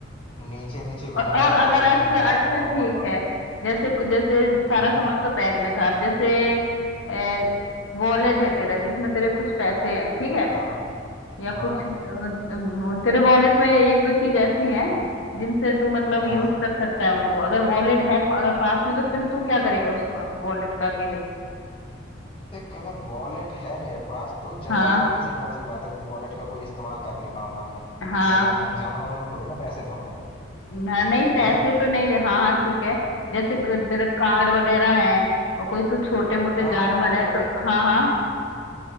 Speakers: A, on the left; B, on the left.
A: नीचे नीचे घूमूंगा
B: और, और
A: तो
B: अगर
A: पता चले मैं
B: अच्छा
A: जंगल में
B: अच्छा
A: और
B: ठीक
A: खो
B: है जैसे जैसे सारा
A: जाऊं
B: सामान तो बैग में था अब जैसे वॉलेट है तेरा जिसमें तेरे कुछ पैसे हैं ठीक है
A: हाँ
B: या
A: हाँ
B: कुछ अ, अम, तेरे वॉलेट में एक दो चीज ऐसी हैं जिनसे तू मतलब
A: हाँ
B: यूज कर सकता है उनको अगर वॉलेट है अगर पास में तो फिर तू क्या करेगा उसका वॉलेट का के लिए
A: देख अगर वॉलेट है मेरे पास तो जंगल
B: हाँ
A: में तो सिंपल सी बात है उस वॉलेट का कोई इस्तेमाल कर नहीं पाऊंगा मैं
B: हाँ
A: जंगल में जानवरों को थोड़ी ना पैसे दूंगा
B: न- नहीं पैसे
A: है ना
B: तो नहीं हाँ हाँ ठीक है जैसे कोई तेरा कार्ड वगैरह है और कोई तू छोटे मोटे
A: हाँ
B: जानवर
A: तो मतलब
B: है
A: वो
B: तो
A: भी
B: हाँ हाँ